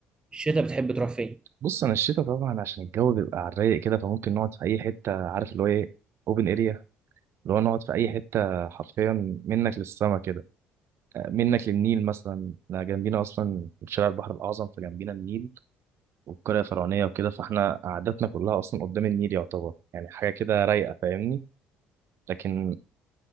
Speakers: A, on the right; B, on the right.
A: في الشتاء بتحب تروح فين؟
B: بص أنا الشتا طبعا عشان الجو بيبقى على الرايق كده فممكن نقعد في أي حتة عارف اللي هو إيه أوبن إريا اللي هو نقعد في أي حتة حرفيا منك للسما كده آه، منك للنيل مثلا إحنا جنبينا أصلا شارع البحر الأعظم فجنبينا النيل والقرية الفرعونية وكده فإحنا قعدتنا كلها أصلا قدام النيل يعتبر يعني حاجة كده رايقة فاهمني لكن